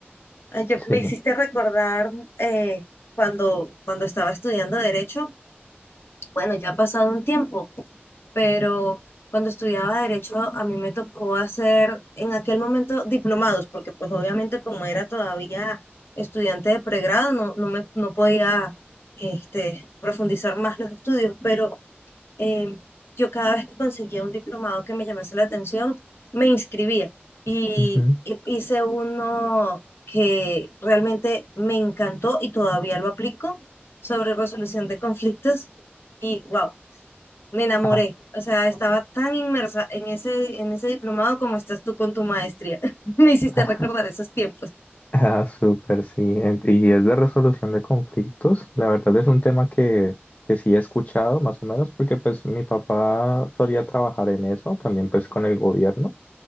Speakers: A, on the left; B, on the left.
A: Ay, yo- me
B: Sí.
A: hiciste recordar eh, cuando, cuando estaba estudiando Derecho, bueno, ya ha pasado un tiempo pero cuando estudiaba derecho a mí me tocó hacer en aquel momento diplomados, porque pues obviamente como era todavía estudiante de pregrado, no, no me no podía este, profundizar más los estudios, pero eh, yo cada vez que conseguía un diplomado que me llamase la atención, me inscribía y,
B: ujú.
A: y hice uno que realmente me encantó y todavía lo aplico sobre resolución de conflictos y wow, me enamoré,
B: Ah,
A: o sea, estaba tan inmersa en ese, en ese diplomado como estás tú con tu maestría. <laughs> Me hiciste
B: ah.
A: recordar esos tiempos.
B: Ah, súper, sí. En- Y es de resolución de conflictos. La verdad es un tema que, que sí he escuchado más o menos porque pues mi papá solía trabajar en eso, también pues con el gobierno.